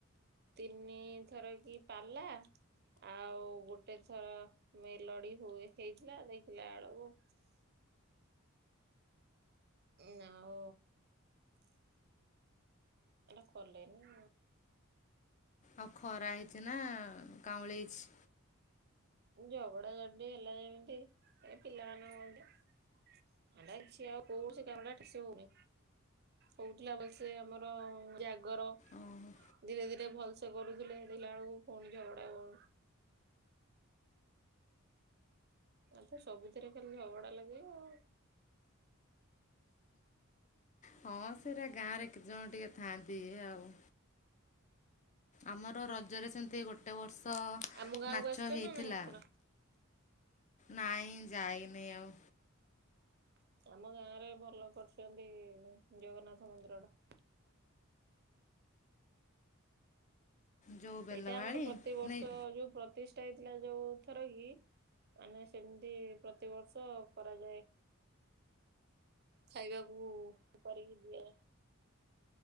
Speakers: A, on the right (about 50°); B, on the left (about 35°).
A: ତିନିଥର କି ପାଲା ଆଉ ଗୋଟେ ଥର ମେଲଡି ହେଇଥିଲା ଦେଖିଲା ବେଳକୁ ନଉ ଏଟା କଲେନି
B: ଆଉ ଖରା ହେଇଛି ନା କାଉଁଳି ହେଇଛି
A: ଝଗଡ଼ା ଝାଟି ହେଲା ଯେମିତି ଏ ପିଲା ମାନ ହୁଅନ୍ତି ହେଲା ଅଛି ଆଉ କୋଉ ସେ କାମ ଟା ଠିକ ସେ ହଉନି ହଉଥିଲା ଭଲସେ ଆମର ଜା ଗର
B: ଓହୋ
A: ଧୀରେ ଧୀରେ ଭଲସେ କରୁଥିଲେ ଦେଖିଲା ବେଳକୁ ପୁଣି ଝଗଡ଼ା କର ଆ ତ ସବୁଥିରେ ଖାଲି ଝବଡା ଲାଗିବ ଆଉ
B: ହଁ ସେଟା ଗାଁ ରେ କେତେ ଜଣ ଟିକେ ଥାଆନ୍ତି ଆଉ ଆମର ରଜରେ ସେମିତି ଗୋଟେ ଗ ବର୍ଷ
A: ଆମ ଗାଁକୁ
B: ନାଚ
A: ଆସିଛ
B: ହେଇଥିଲା
A: ନା ନାଇଁ ଆସିନ?
B: ନାଇଁ ଯାଇନି ଆଉ
A: ଆମ ଗାଁ ରେ ଭଲ କରିଛନ୍ତି ଜଗନ୍ନାଥ ମନ୍ଦିର ଟା
B: ଯୋଉ ବେଲବାଳି
A: ସେଇଟା ଆମର ପ୍ରତିବର୍ଷ
B: ନାଇଁ
A: ଯୋଉ ପ୍ରତିଷ୍ଠା ହେଇଥିଲା ଯୋଉ ଥର କି ମାନେ ସେମିତି ପ୍ରତିବର୍ଷ କରାଯାଏ ଖାଇବାକୁ କରିକି ଦିଏ